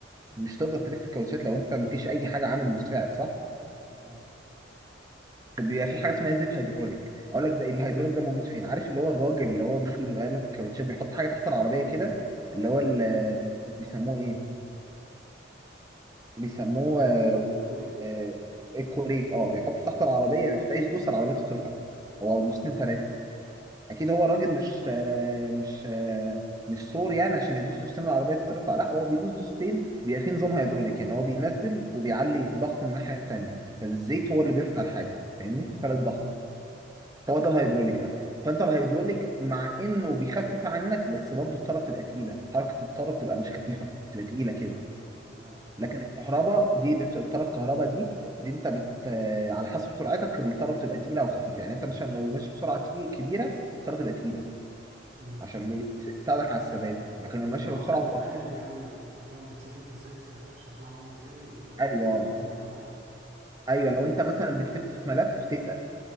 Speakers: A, on the right; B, on the right.
A: مش تقدر تلف الكاوتشات لو انت مفيش اي حاجه عامل مساعد صح؟
B: تمام
A: كان بيبقى في حاجه اسمها زيت هيدروليك اقول لك زي الهيدروليك ده موجود فين عارف اللي هو الراجل اللي هو بيجي يغير لك الكاوتشات بيحط حاجه تحت العربيه كده اللي
B: اه
A: هو ال- بيسموه ايه بيسموه
B: ال- آه،
A: آه،
B: الكوريك
A: آه، الكوريك اه بيحطه
B: اه
A: تحت العربيه يحتاج يدوس العربيه تترفع هو دوستين
B: اه
A: ثلاثه اكيد هو الراجل مش آه، مش آه، مش سور يعني عشان يدوس دوستين العربيه تترفع لا هو بيدوس دوستين بيبقى في نظام هيدروليك يعني هو بينزل وبيعلي ضغط من الناحيه التانيه فالزيت
B: طب
A: هو اللي بيرفع الحاجه فاهمني
B: تمام
A: فرق الضغط هو ده الهيدروليك بقى فانت الهيدروليك مع انه بيخفف عنك بس برضه الطاره بتبقى تقيله حركه الطاره بتبقى مش خفيفه بتبقى تقيله
B: تمام
A: كده
B: تمام
A: لكن الكهرباء دي اللي بت- الطاره الكهرباء دي دي انت بت آه، على حسب سرعتك الطاره بتبقى تقيله او خفيفه يعني انت مثلا لو ماشي بسرعه تقيل كبيره الطاره تبقى تقيله
B: مم.
A: عشان بيس- تساعدك على الثبات لكن
B: بتتع...
A: لو ماشي بسرعه
B: بتتعامل
A: بطيئه
B: يعني يعني فاهم بتشوف انت سايق سرعتك شكلها عامل ازاي وبتتأقلم
A: ايوه
B: بناء عليها
A: ايوه لو انت مثلا بتلف في ملف تتقل